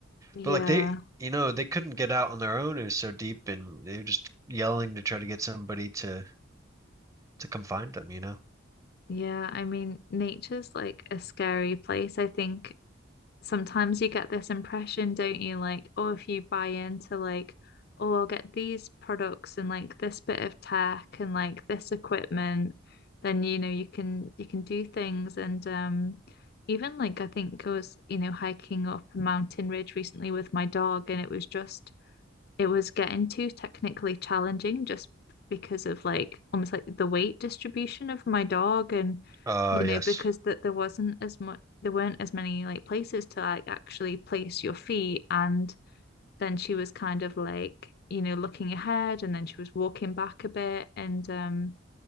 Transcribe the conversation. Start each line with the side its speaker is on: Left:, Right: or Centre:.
Left: Yeah.
Right: But like they, you know, they couldn't get out on their own. It was so deep, and they were just yelling to try to get somebody to to come find them, you know?
Left: Yeah. I mean, nature's like a scary place. I think sometimes you get this impression, don't you? Like, oh, if you buy into like, oh, I'll get these products and like this bit of tech and like this equipment, then you know you can you can do things. And um, even like I think I was you know hiking up a mountain ridge recently with my dog, and it was just it was getting too technically challenging just because of like almost like the weight distribution of my dog and
Right: Uh,
Left: you know
Right: yes.
Left: because that there wasn't as much there weren't as many like places to like actually place your feet and then she was kind of like you know looking ahead and then she was walking back a bit and um